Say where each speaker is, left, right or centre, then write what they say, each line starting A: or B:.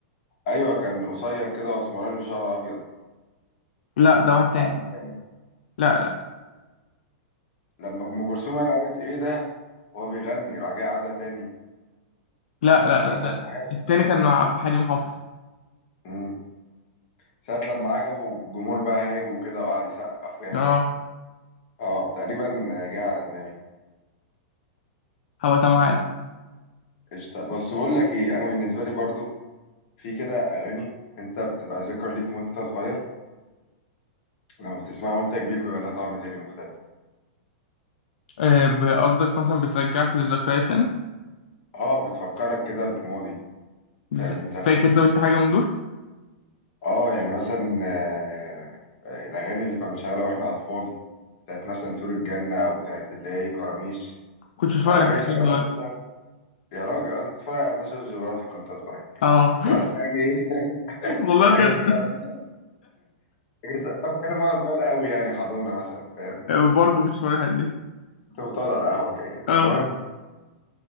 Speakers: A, on the left; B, on the left.
A: ايوه كان قصير كده واسمراني وشعره ابيض
B: لا ده واحد تاني
A: وعنده
B: لا لا
A: لما ام كلثوم قالت ايه ده وهو بيغني راح جاي قعدها تاني
B: لا لا,
A: حبسها
B: لا. ده
A: معاه
B: التاني كان مع عبد الحليم حافظ
A: امم ساعة لما عجبه الجمهور بقى هاج وكده وقعد يسقف ويعمل
B: اه
A: اه تقريبا جه على دماغي
B: هبقى سامعها لك
A: قشطة بس بقول لك ايه انا بالنسبة لي برضو في كده اغاني انت بتبقى ذكرى ليك وانت صغير لما بتسمعها وانت كبير بيبقى لها طعم تاني مختلف
B: آه، ب- قصدك مثلا بترجعك للذكريات تاني
A: اه بتفكرك كده بالماضي فاهم
B: ز-
A: انت
B: فاكر طب انت حاجه من دول
A: اه يعني مثلا آه، آه، الاغاني اللي كنا بنشغلها واحنا اطفال بتاعت مثلا طيور الجنة او بتاعت اللي هي كراميش
B: كنت بتفرج
A: اه
B: على الحاجات
A: اجي اشغلها
B: دي من زمان.
A: مثلا يا راجل انا كنت بتفرج على ناشونال جيوغرافيك كنت صغير
B: اه
A: كنت مثلا اجي ايه <laughs>
B: <laughs> والله بجد
A: اجي اشغلها مثلا اجي أشغلها- اتكلم وانا صغير قوي يعني حضانه مثلا فاهم
B: آه، برضه كنت بتفرج على الحاجات دي
A: كنت بتقعد على القهوه كده كده
B: اه
A: المهم